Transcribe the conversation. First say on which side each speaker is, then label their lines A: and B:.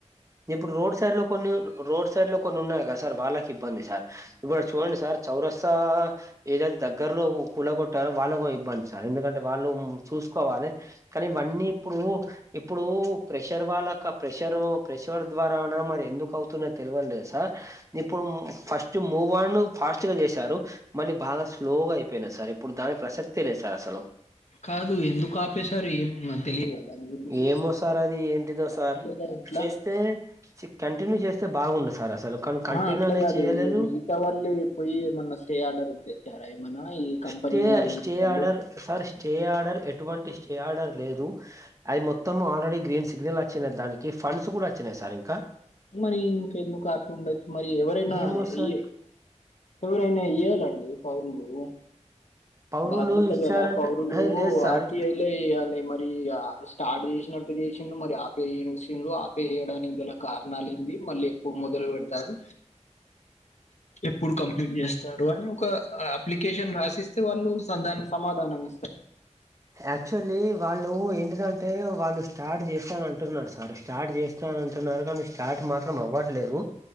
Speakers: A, on the right; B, on the left.
A: ఇప్పుడు రోడ్ సైడ్ లో కొన్ని రోడ్ సైడ్ లో కొన్ని ఉన్నాయి కదా సార్ వాళ్ళకి ఇబ్బంది సార్ ఇప్పుడు అటు చూడండి సార్ చౌరస ఏదైతే దగ్గర్లో కూల కొట్టారో వాళ్ళ ఇబ్బంది సార్ ఎందుకంటే వాళ్ళు చూసుకోవాలి కానీ ఇవన్నీ ఇప్పుడు ఇప్పుడు ప్రెషర్ వాళ్ళక ప్రెషర్ ప్రెషర్ ద్వారన మరి ఎందుకు అవుతున్నో తెలివలే సార్ ఇప్పుడు ఫస్ట్ మూవ్ <unintelligible> ఫాస్ట్ గా చేశారు మళ్ళీ బాగ స్లోగ <unintelligible> సార్ ఇప్పుడు దాని ప్రసక్తే లేదు సార్ అసలు
B: కాదు ఎందుకు ఆపేశారు ఏం తెలియద దాని గురించి
A: ఏమో సార్ అది ఏంటిదో సార్
B: <unintelligible> <unintelligible>
A: <unintelligible> కంటిన్యూ చేస్తే బాగుండు సార్ అసలు కానీ కంటిన్యూ
B: ఆ అట్లా
A: అనేది
B: కాదు
A: చేయలేదు
B: <unintelligible> వాళ్ళు పోయి ఏమన్నా స్టే ఆర్డర్ తెచ్చారా ఏమన్నా ఈ కంపెనీ
A: స్టే
B: వాళ్ళు
A: స్టే
B: వాళ్ళు
A: ఆర్డర్ సార్ స్టే ఆర్డర్ ఎటువంటి స్టే ఆర్డర్ లేదు అది మొత్తము ఆల్రెడీ గ్రీన్ సిగ్నల్ వచ్చినాయి దానికి ఫండ్స్ కూడ వచ్చినాయి సార్ ఇంక
B: మరి ఇంకెందుకు ఆపి ఉండొచ్చు మరి ఎవరైనా
A: ఏమో సార్
B: ఏ ఎవరైనా ఇయ్యాలండి <unintelligible>
A: పౌరులు
B: బాధ్యత
A: ఇచ్చారంటే
B: గల పౌరులు
A: అహే, లేదు సార్
B: ఆర్టీఐలే ఎయ్యాలి మరి స్టార్ట్ జేసినట్టు చేసిండు మరి ఆ పోయేసిర్రూ ఆపేయడానికి గల కారణాలేంది, మళ్ళీ ఎప్పుడు మొదలు పెడతారు? ఎప్పుడు కంప్లీట్ చేస్తారు అని ఒక అప్లికేషన్ రాసిస్ తే వాళ్ళు సం దానికి సమాధానం ఇస్తా
A: యాక్చువల్లీ వాళ్ళు ఏంటిదంటే వాళ్ళు స్టార్ట్ చేస్తాన్నంటున్నారు సార్, స్టార్ట్ చేస్ త అంటున్నారు గని స్టార్ట్ మాత్రం అవ్వట్లేదు